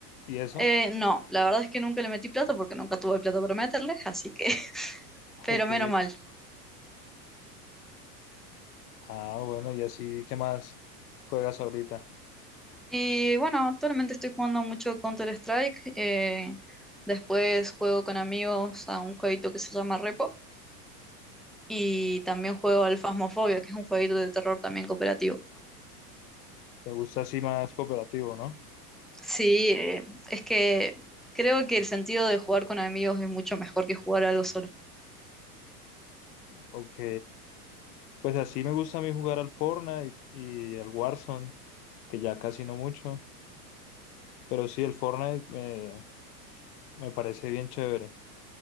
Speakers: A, on the left; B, in the centre.
A: ¿Y eso?
B: eh, no, la verdad es que nunca le metí plata porque nunca tuve plata para meterle, así que, <laughs> pero
A: Ok.
B: menos mal.
A: Ah, bueno, y así, ¿qué más juegas ahorita?
B: Y bueno, actualmente estoy jugando mucho Counter-Strike. eh, después juego con amigos a un jueguito que se llama Repo. Y también juego al Phasmophobia, que es un jueguito de terror también cooperativo.
A: Me gusta así más cooperativo, ¿no?
B: Sí, eh, es que creo que el sentido de jugar con amigos es mucho mejor que jugar algo solo.
A: Ok. Pues así me gusta a mí jugar al Fortnite y al Warzone, que ya casi no mucho. Pero sí, el Fortnite me, me parece bien chévere.